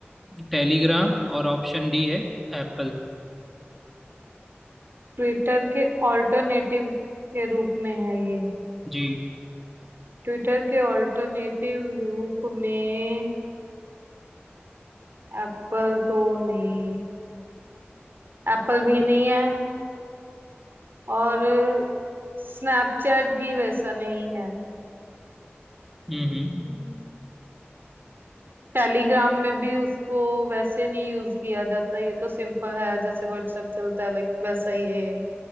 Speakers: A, in the centre; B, on the right.
A: टेलीग्राम और ऑप्शन डी है एप्पल
B: ट्विटर के ऑल्टरनेटिव के रूप में है ये
A: जी
B: ट्विटर के ऑल्टरनेटिव रूप में एप्पल तो नहीं एप्पल भी नहीं है और स्नैपचैट भी वैसा नहीं है
A: हम्म जी हम्म
B: हम्म, टेलीग्राम में भी उसको वैसे नहीं यूज किया जाता ये तो सिंपल है जैसे व्हाट्सएप चलता है लाइक वैसा ही है ये।